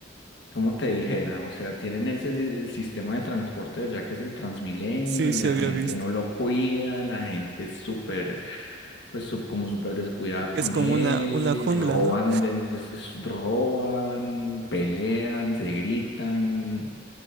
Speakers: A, on the left; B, on the right.
A: como te dijera, o sea, tienen ese el sistema de transporte ya que es el Transmilenio
B: Sí,
A: y
B: sí
A: la
B: había
A: gente
B: visto.
A: no lo cuida, la gente es súper, pues su- como súper descuidada
B: Es
A: con
B: como
A: él,
B: una, una jungla,
A: roban,
B: ¿no?
A: de, des- des- roban, pelean, se gritan,